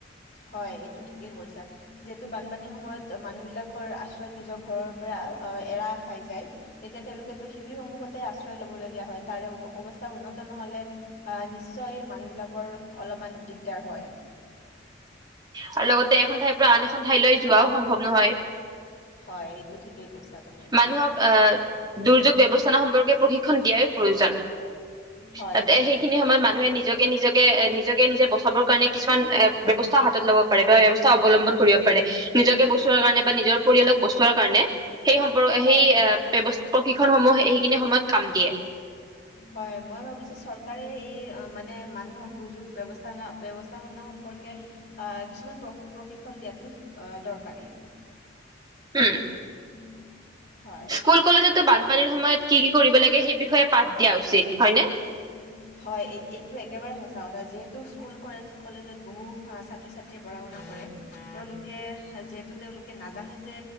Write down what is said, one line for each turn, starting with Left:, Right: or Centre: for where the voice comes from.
Left: হয় এইটো ঠিকেই কৈছা। যিহেতু বানপানীৰ সময়ত মানুহবিলাকৰ আশ্ৰয় নিজৰ ঘৰৰ পৰা আহ এৰা খাই যায়। তেতিয়া তেওঁলোকেতো শিবিৰ সমূহতে আশ্ৰয় লব লগীয়া হয় তাৰে অৱস্থা উন্নত নহ'লে আহ, নিশ্চয় মানুহ বিলাকৰ অলপমান দিগদাৰ হয়।
Right: আৰু লগতে এখন ঠাইৰ পৰা আন এখন ঠাইলৈ যোৱাও সম্ভৱ নহয়।
Left: হয় এইটো ঠিকেই কৈছা তুমি।
Right: মানুহক আহ, দুৰ্যোগ ব্যৱস্থানৰ সম্পৰ্কে প্ৰশিক্ষণ দিয়াই প্ৰয়োজন।
Left: হয়,
Right: তাতেই সেইখিনি সময়ত মানুহে নিজকে নিজকে নিজকে নিজে বচাবৰ কাৰণে কিছুমান ব্যৱস্থা হাতত ল'ব পাৰে বা ব্যৱস্থা অৱলম্বন কৰিব পাৰে, নিজকে বচোৱাৰ কাৰণে বা নিজৰ পৰিয়ালক বচোৱাৰ কাৰণে, সেই সম্পৰ্কে
Left: হয়।
Right: সেই <unintelligible> প্ৰশিক্ষণ সমূহ সেইখিনি সময়ত কাম দিয়ে।
Left: হয় মই ভাবো যে চৰকাৰে এই মানে মানুহক দুৰ্যোগ ব্যৱস্থান ব্যৱস্থা <unintelligible> সম্পৰ্কে আহ, কিছুমান প্ৰ-প্ৰশিক্ষণ দিয়াটো আহ দৰকাৰী। <inaudible>
Right: উম।
Left: উম, হয়।
Right: স্কুল কলেজতো বানপানীৰ সময়ত কি কি কৰিব লাগে সেই বিষয়ে পাঠ দিয়া উচিত হয়নে।
Left: <inaudible> হয় এই এইটো একেবাৰে সঁচা কথা যিহেতু স্কুল কলেছ-কলেজত বহু ছাত্ৰ ছাত্ৰীয়ে পঢ়া শুনা কৰে তেওঁলোকে যিহেতু তেওঁলোকে নাজানে যে